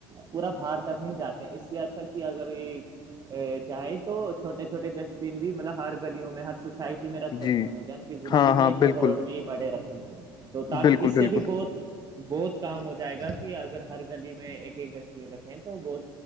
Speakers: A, on the right; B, on the left.
A: پورا بھارت تک نہیں جاتے اس سے اچھا کہ اگر یہ چاہے تو چھوٹے چھوٹے ڈسٹ بین بھی مطلب ہر گلیوں میں ہر سوسائٹی میں رکھ سکتے
B: جی
A: ہیں جان کہ ضروری
B: ہاں
A: نہیں
B: ہاں
A: ہے کہ
B: بالکل
A: روڈ میں ہی بڑے رکھیں تو تاکہ
B: بالکل
A: اس
B: بالکل
A: سے بھی بہت بہت کام ہو جائے گا کہ اگر ہر گلی میں میں ایک ایک تشویر رکھے تو بہت